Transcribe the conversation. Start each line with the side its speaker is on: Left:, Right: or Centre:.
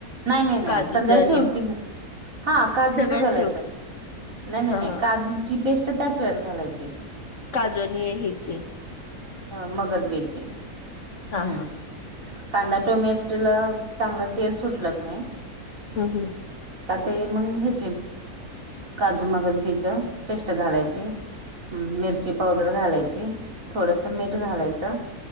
Right: नाय नाय नाय
Left: काजूचं
Right: सगळ्या
Left: आणि
Right: शेवटी घ हा काजूच
Left: सगळ्यात
Right: घालायचं
Left: शेवटी
Right: नाय नाय
Left: हा
Right: नाहय
Left: हा
Right: काजूची पेस्ट त्याच वेळेस घालायची.
Left: काजू आणि हेचि
Right: ह मगज बी ची
Left: हा
Right: हम्म
Left: हा
Right: कांदा टोमॅटोला चांगलं तेल सुटल कनय
Left: हूं हूं
Right: का ते मंग ह्याचे काजू मगज बी चां पेस्ट घालायची. हम्म मिरची पावडर घालायची थोडस मीठ घालायचं.